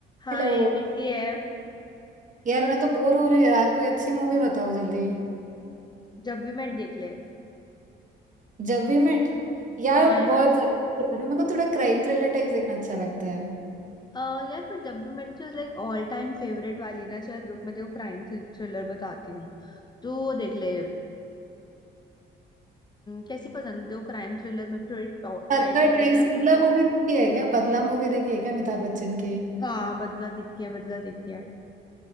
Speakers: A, on the left; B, on the right.
A: हाय
B: Hello
A: कैसी है
B: यार मैं तो बोर हो रही हूँ यार कोई अच्छी मूवी बताओ जल्दी
A: जब वी मेट देख ले
B: जब वी मेट यार
A: हाँ
B: बहुत
A: यार
B: ज्यादा पुरानी मेरे को थोड़ा क्राइम थ्रिलर टाइप देखना अच्छा लगता है
A: अ, यार पर जब वी मेट तो लाइक ऑल टाइम फेवरेट वाली ना चल रुक मैं तेरे को क्राइम थ्रिलर बताती हूँ तो वो देख ले आ, कैसी पसंद है तेरे को क्राइम थ्रिलर में भी थोड़ी
B: बदला
A: टाइप होती
B: टाइप
A: है ना
B: बदला मूवी देखी है क्या बदला मूवी देखी है क्या अमिताभ बच्चन की
A: हाँ बदला देखिए बदला देखिए